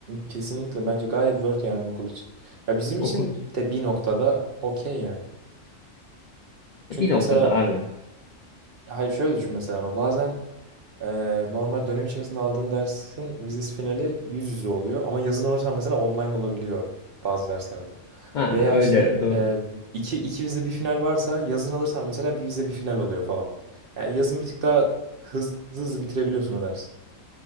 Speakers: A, on the right (about 55°); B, on the left (about 80°).
A: Kesinlikle bence gayet worth yani okul için. Ya bizim
B: Okul
A: için de bir noktada okey yani.
B: E,
A: Çünkü
B: bir noktada
A: mesela
B: abi.
A: Hayır şöyle düşün mesela bazen e, normal dönem içerisinde aldığın dersin vizesi finali yüz yüze oluyor ama yazın alırsan mesela online olabiliyor bazı derslerde.
B: Ha
A: Veya
B: öyle
A: işte
B: doğru.
A: e, iki, iki vize bir final varsa yazın alırsan mesela bir vize bir final oluyor falan. Yani yazın bir tık daha hızlı hızlı bitirebiliyorsun o dersi.